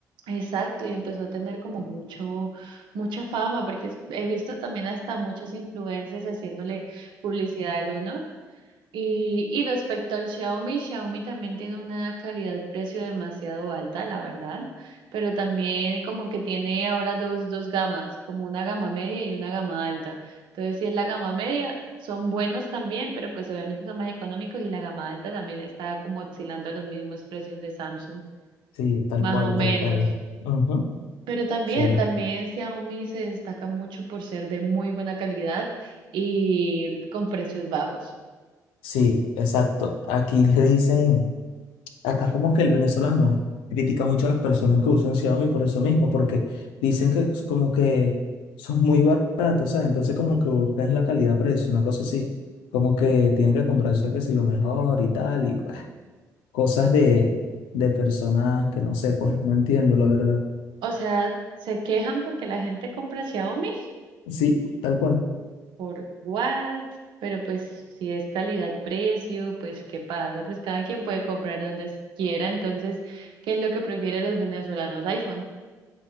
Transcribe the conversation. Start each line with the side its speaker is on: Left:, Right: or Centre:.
Right: Exacto, y empezó a tener como mucho, mucha fama, porque he visto también hasta muchos influencers haciéndole publicidad al Honor Y, y respecto al Xiaomi, Xiaomi también tiene una calidad-precio demasiado alta, la verdad, pero también como que tiene ahora dos, dos gamas, como una gama media y una gama alta. Entonces, si es la gama media, son buenos también, pero pues obviamente son más económicos y la gama alta también está como oscilando a los mismos precios de Samsung,
Left: Sí, tal
Right: más
Left: cual,
Right: o menos.
Left: tal cual. Ujú,
Right: Pero también,
Left: Sí,
Right: también Xiaomi se destaca mucho por ser de muy buena calidad y con precios bajos.
Left: sí, exacto. Aquí le dicen, acá como que el venezolano critica mucho a las personas que usan Xiaomi por eso mismo, porque dicen que es como que son muy baratos, ¿sabes? Entonces como que buscan la calidad-precio, una cosa así, como que tienen que comprarse que si lo mejor y tal, y pues, cosas de, de personas que no sé, pues no entiendo la verdad.
Right: O sea, se quejan porque la gente compra Xiaomi
Left: Sí, tal cual.
Right: por what, pero pues si es calidad-precio, pues ¿qué pasa? Pues cada quien puede comprar donde s- quiera, entonces, ¿qué es lo que prefieren los venezolanos? iPhone.